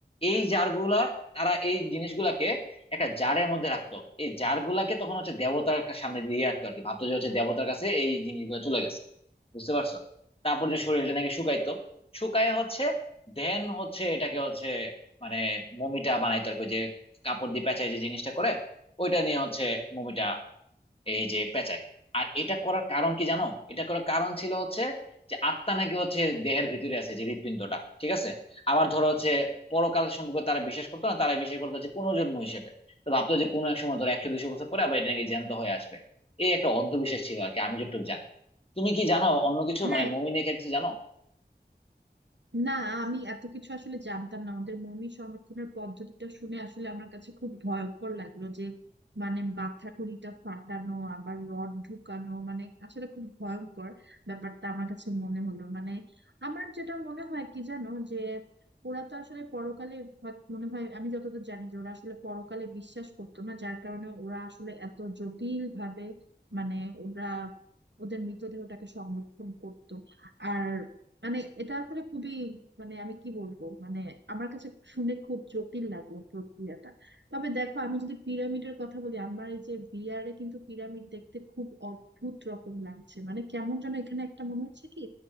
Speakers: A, on the left (about 30°); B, on the right (about 80°).
A: এই জারগুলা তারা এই জিনিসগুলাকে একটা জারের মধ্যে রাখতো এই জারগুলাকে তখন হচ্ছে দেবতার কা- সামনে দিয়ে রাখতো আর কি ভাবতো যে হচ্ছে দেবতার কাছে এই জিনিসগুলো চলে গেছে বুঝতে পারছো তারপর যে শরীরটা নাকি শুকাইতো শুকায় হচ্ছে দেন হচ্ছে এটাকে হচ্ছে মানে মমিটা বানাইতো আর কি, ওই যে কাপড় দিয়ে পেঁচায় যে জিনিসটা করে ওইটা নিয়ে হচ্ছে মমিটা এই যে পেঁচায় আর এটা করার কারণ কি জানো এটা করার কারণ ছিল হচ্ছে যে আত্মা নাকি হচ্ছে দেহের ভিতরে আছে যে হৃৎপিণ্ডটা ঠিক আছে আবার ধরো হচ্ছে পরকাল সম্পর্কে তারা বিশ্বাস করতো না তারা বিশ্বাস করতো হচ্ছে পুনর্জন্ম হিসেবে তো ভাবতো যে কোনো এক সময় ধরো একশো দুশো বছর পরে আবার এটা নাকি জ্যান্ত হয়ে আসবে এই একটা অন্ধবিশ্বাস ছিল আর কি আমি যতটুকু জানি তুমি কি জানো অন্য কিছু
B: হ্যাঁ
A: মানে মমি নিয়ে কিছু জানো
B: না আমি এত কিছু আসলে জানতাম না আমাদের মমি সংরক্ষণের পদ্ধতিটা শুনে আসলে আমার কাছে খুব ভয়ঙ্কর লাগলো যে মানে মাথা কুলিটা ফাটানো আবার রড ঢুকানো মানে আসলে খুব ভয়ঙ্কর ব্যাপারটা আমার কাছে মনে হলো মানে আমার যেটা মনে হয় কি জানো যে ওরা তো আসলে পরকালে হয়- মনে হয় আমি যতদূর জানি যে ওরা আসলে পরকালে বিশ্বাস করতো না যার কারণে ওরা আসলে এত জটিল ভাবে মানে ওরা ওদের মৃতদেহটাকে সংরক্ষণ করতো আর মানে এটা আসলে খুবই মানে আমি কি বলবো মানে আমার কাছে শুনে খুব জটিল লাগলো প্রক্রিয়াটা তবে দেখো আমি যদি পিরামিডের কথা বলি আমার এই যে বিয়ারে কিন্তু পিরামিড দেখতে খুব অদ্ভুত রকম লাগছে মানে কেমন যেন এখানে একটা মনে হচ্ছে কি